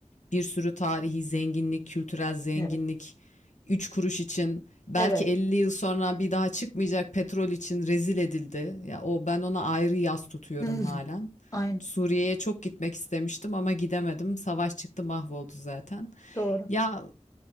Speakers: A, on the left; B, on the left.
A: Bir sürü tarihi zenginlik, kültürel zenginlik
B: Evet.
A: 3 kuruş için belki
B: Evet.
A: 50 yıl sonra bir daha çıkmayacak petrol için rezil edildi. Ya o ben ona ayrı yas tutuyorum
B: Hı. hı.
A: halen.
B: Aynen.
A: Suriye'ye çok gitmek istemiştim ama gidemedim. Savaş çıktı mahvoldu zaten.
B: Doğru.
A: Ya